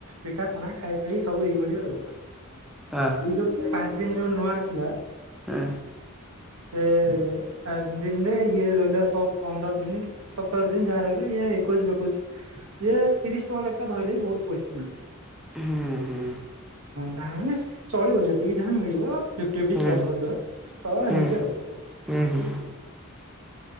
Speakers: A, on the right; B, in the centre.
A: ପିଠା ପଣା ଖାଇପାଇ ସବୁ ଏଇଭଳିଆ ଆଉ।
B: <unintelligible>
A: ଏଇ ଯୋଉ ପାଞ୍ଚ ଦିନ ଯୋଉ ନୂଆ ଆସିଲା
B: ହଁ
A: ସେ ପାଞ୍ଚ ଦିନ୍ ରେ ଇଏ ରହିଲା ଶ ପନ୍ଦର ଦିନି। ସତର ଦିନି ଯାହା ରହିଲା ଇଏ ଏକୋଇଶି ଫେକୋଇଶି ଇଏ ତିରିଶ ଟଙ୍କା ଲେଖାଏ ଧଇଲେ ବି ବହୁତ ପଇସା ମିଳୁଚି।
B: ହୁଁ ହୁଁ
A: ତା ମାନେ ଚଳିବ। ଯେତିକି ଯାହା ମିଳିବ ଫିପ୍ଟି ଫିପ୍ଟି
B: ହୁଁ
A: ସେୟାର କରିଦବା ହଁ ଏମିତି
B: ହୁଁ
A: ଆଉ।
B: ହୁଁ ହୁଁ।